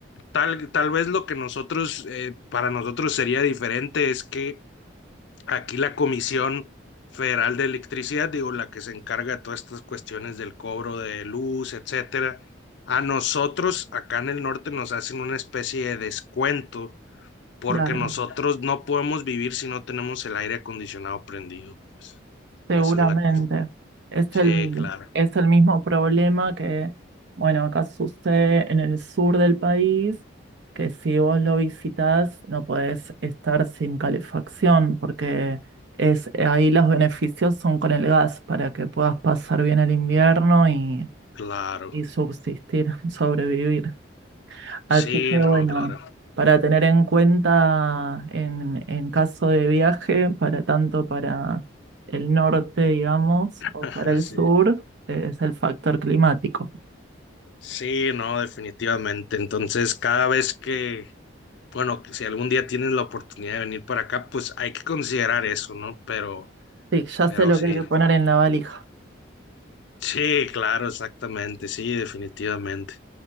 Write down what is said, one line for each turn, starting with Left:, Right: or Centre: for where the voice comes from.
Left: Tal, tal vez lo que nosotros, eh, para nosotros sería diferente es que aquí la Comisión Federal de Electricidad, digo, la que se encarga de todas estas cuestiones del cobro de luz, etcétera, a nosotros acá en el norte nos hacen una especie de descuento porque
Right: claro,
Left: nosotros no podemos vivir si no tenemos el aire acondicionado prendido, pues.
Right: seguramente.
Left: Esa es la cuestión.
Right: Es
Left: Sí,
Right: el,
Left: claro,
Right: es el mismo problema que, bueno, acá sucede en el sur del país, que si vos lo visitas no podés estar sin calefacción, porque es, ahí los beneficios son con el gas, para que puedas pasar bien el invierno y,
Left: claro.
Right: y subsistir, <laughs> sobrevivir. Así
Left: Sí,
Right: que
Left: no,
Right: bueno,
Left: claro.
Right: para tener en cuenta en, en caso de viaje, para tanto para el norte, digamos, o
Left: <laughs>
Right: para el
Left: Sí.
Right: sur, eh, es el factor climático.
Left: Sí, no, definitivamente. Entonces, cada vez que, bueno, que si algún día tienes la oportunidad de venir para acá, pues hay que considerar eso, ¿no? Pero,
Right: Sí, ya
Left: pero
Right: sé lo
Left: sí.
Right: que hay que poner en la valija.
Left: Sí, claro, exactamente, sí, definitivamente.